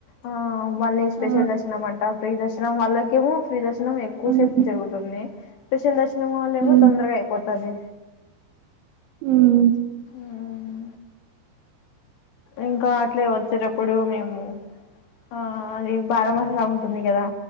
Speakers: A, on the left (about 65°); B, on the right (about 75°).
A: ఆ మళ్ళీ స్పెషల్
B: ఆ,
A: దర్శనం అంట ఫ్రీ దర్శనం వాళ్ళకేమో ఫ్రీ దర్శనం ఎక్కువ
B: ఉమ్,
A: సేపు జరుగుతుంది స్పెషల్ దర్శనం వాళ్ళు ఏమో
B: ఉమ్,
A: తొందరగా అవుతాది
B: హ్మ్
A: హ్మ్ ఇంకా అట్లే వచ్చేటప్పుడు మేము ఆ అది బారా మసాలా ఉంటుంది కదా